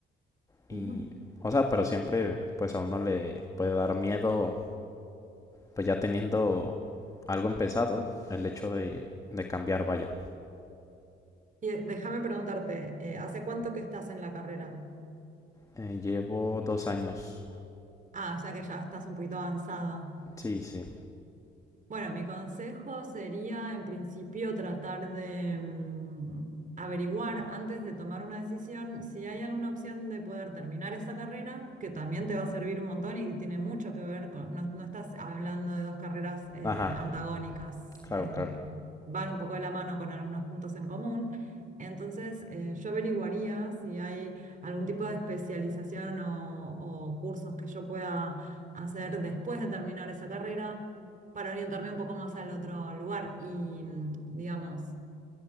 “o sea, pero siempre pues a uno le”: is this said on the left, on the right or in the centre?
Left